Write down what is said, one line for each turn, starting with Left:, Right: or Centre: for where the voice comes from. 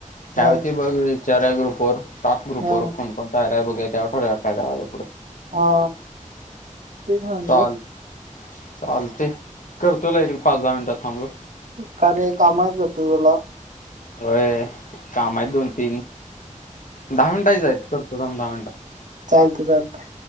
Left: त्यावती
Right: हा
Left: बघ. सऱ्या ग्रुपवर टाक ग्रुप
Right: हा
Left: वर कोण-कोण तयार आहे बघ याच्यावर ठरव काय पुढं.
Right: हा. तेच म्हणलं
Left: चाल चालते करतोला एक पाच दहा मिनटात थांबलं.
Right: कारे काम आहेत का जास्त तुला?
Left: होय काम आहेत दोन तीन, दहा मिनटाय च आहेत, करतो थांब दहा मिनटं.
Right: चालत चालतय.